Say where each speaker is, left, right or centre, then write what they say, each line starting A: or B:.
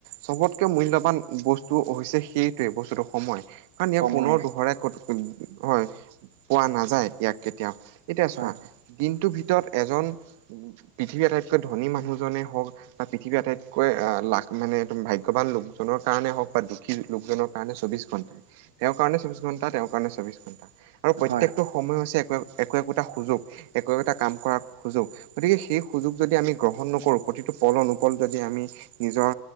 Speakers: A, on the right; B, on the right.
A: চবতকে মূল্যবান বস্তু হৈছে সেইটোৱে বস্তুটো সময়। কাৰণ ইয়াক
B: সময়ে
A: পুনৰ দোহৰাই হয়, পোৱা নাযায় ইয়াক কেতিয়াও এতিয়া চোৱা
B: হয় হয়
A: দিনটোৰ ভিতৰত এজন পৃথিৱীৰ আটাইতকৈ ধনী মানুহজনেই হওঁক বা পৃথিৱী আটাইতকৈ আহ, লাখ মানে এইটো ভাগ্যৱান লোকজনৰ কাৰণে হওঁক বা দুখী লোকজনক কাৰণে চৌবিশ ঘণ্টা, তেওঁৰ কাৰণেও চৌবিশ ঘণ্টা, তেওঁৰ কাৰণেও চৌবিশ ঘণ্টা। আৰু প্ৰত্যেকটো
B: হয় হয়
A: সময় হৈছে একো একো একোটা সুযোগ, একো একোটা কাম কৰাৰ সুযোগ গতিকে সেই সুযোগ যদি আমি গ্ৰহণ নকৰোঁ, প্ৰতিটো পল অনুপল যদি আমি নিজৰ